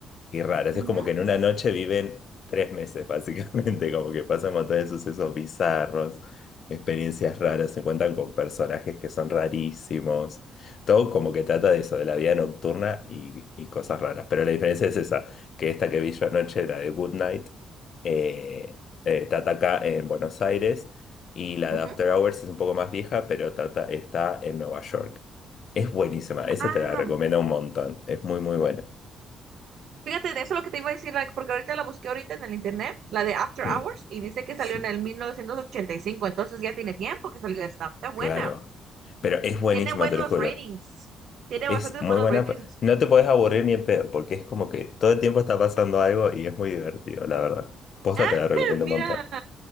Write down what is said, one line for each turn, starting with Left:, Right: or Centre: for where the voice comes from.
Left: Y raras,
Right: ujú,
Left: es como que en una noche viven tres meses, básicamente, <laughs> como que pasan un montón de sucesos bizarros, experiencias raras, se encuentran con personajes que son rarísimos, todo como que trata de eso, de la vida nocturna y, y cosas raras. Pero la diferencia es esa, que esta que vi yo anoche, la de Good Night, eh, eh, trata acá en Buenos Aires y la
Right: ujú.
Left: de After Hours es un poco más vieja, pero trata, está en Nueva York. Es buenísima, esa
Right: Ah,
Left: te la recomiendo un montón, es muy, muy buena.
Right: Fíjate, de eso lo que te iba a decir, like, porque ahorita la busqué ahorita en el internet, la de After
Left: Sí.
Right: Hours, y dice que salió
Left: Sí.
Right: en el 1985, entonces ya tiene tiempo que salió esta. Está buena.
Left: Claro, pero es buenísima,
Right: Tiene buenos
Left: te lo juro.
Right: ratings. Tiene
Left: Es
Right: bastantes
Left: muy
Right: buenos
Left: buena.
Right: ratings.
Left: pa- No
Right: <laughs>
Left: te podés aburrir ni en pedo, porque es como que todo el tiempo está pasando algo y es muy divertido, la verdad. Posta
Right: Ah,
Left: te la recomiendo
Right: mira,
Left: un montón.